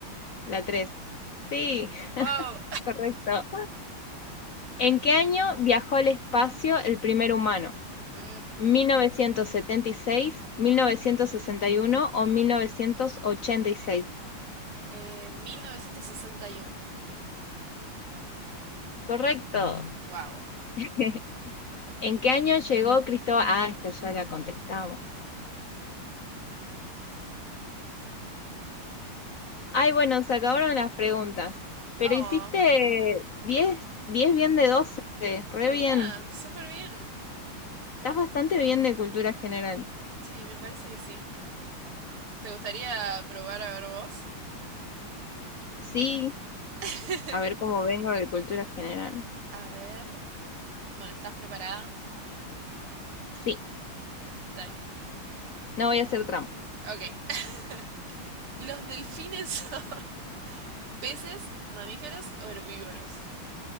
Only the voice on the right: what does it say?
Wow.
Mm,
Eh, 1961.
Wow.
Oh,
mira,
súper bien.
Sí, me parece que sí. ¿Te gustaría probar a ver vos?
<laughs>
A ver. Bueno, ¿estás preparada?
Dale.
Ok. <laughs> ¿Los delfines son <laughs> peces, mamíferos o herbívoros?